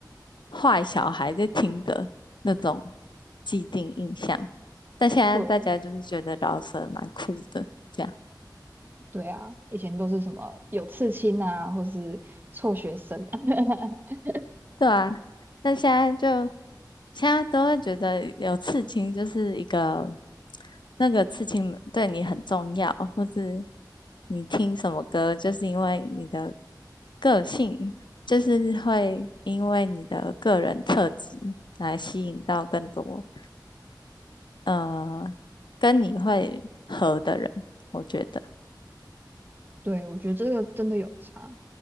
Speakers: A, on the left; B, on the right.
A: 坏小孩在听的那种既定印象，但现在大家就是觉得饶舌蛮酷的，
B: 对
A: 这样
B: 对啊，以前都是什么有刺青啊，或是辍学生。<laughs>
A: 对啊。那现在就现在都会觉得有刺青就是一个那个刺青对你很重要，或是你听什么歌，就是因为你的个性，就是会因为你的个人特质来吸引到更多。呃，跟你会合的人，我觉得
B: 对，我觉得这个真的有差。